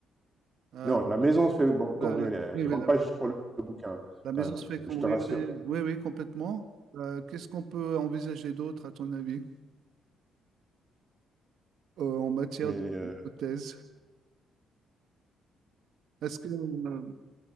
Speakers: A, on the right; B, on the right.
A: euh,
B: Non, la maison se fait ban cambrioler,
A: la, la-
B: hein.
A: oui,
B: Ils
A: oui,
B: rentrent
A: la-
B: pas juste pour le le bouquin,
A: la maison
B: quand même, hein,
A: se fait
B: je
A: cambrioler.
B: je te rassure.
A: Oui, oui, complètement. Euh, qu'est-ce qu'on peut envisager d'autre, à ton avis, euh, en matière
B: Mais,
A: d'hypothèse?
B: heu,
A: Est-ce que, euh,